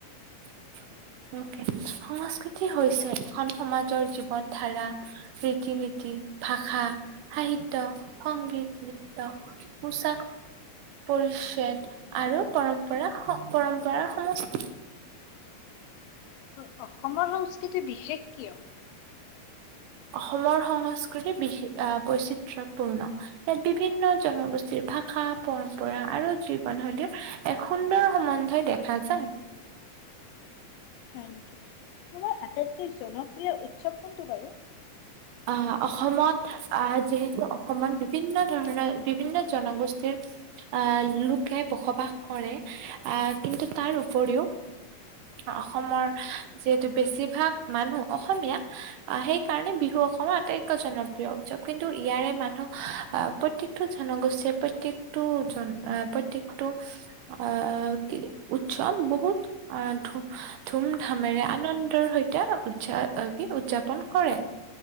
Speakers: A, on the right; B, on the left.
A: <inaudible> সংস্কৃতি হৈছে এখন সমাজৰ জীৱ ৱন ধাৰা, ৰীতি নীতি, ভাষা সাহিত্য, সংগীত, নৃত্য পোছাক, পৰিচ্ছেদ আৰু পৰম পৰা পৰম্পৰাৰ সমচ
B: অ' অসমৰ সংস্কৃতি বিশেষ কিয়?
A: অসমৰ সংস্কৃতিৰ বিষে আ, বৈচিত্ৰয়পূৰ্ণ, ইয়াত বিভিন্ন জনগোষ্ঠী ভাষা, পৰম্পৰা আৰু জীৱনশৈলীৰ এক সুন্দৰ সম্বন্ধই দেখা যায়।
B: হয় নেকি, তোমাৰ আটাইতকৈ জনপ্ৰিয় উৎসৱ কোনটো বাৰু?
A: আ, অসমত আ, যিহেতু অসমত বিভিন্ন ধৰণৰ বিভিন্ন জনগোষ্ঠীৰ আ, লোকে বসবাস কৰে আ, কিন্তু তাৰ উপৰিও অসমৰ যিহেতু বেছিভাগ মানুহ অসমীয়া, সেই কাৰণে বিহু অ কে জনপ্ৰিয় উৎসৱ, কিন্তু ইয়াৰে মানুহ আ, প্ৰত্যেকটো জনগোষ্ঠীয়ে প্ৰত্যেক প্ৰত্যেকটো জন আ, প্ৰত্যেকটো আ, কি উৎসৱ বহুত আ, ধু ধুম ধামেৰে আনন্দৰ সৈতে উদযা কি উদযাপন কৰে।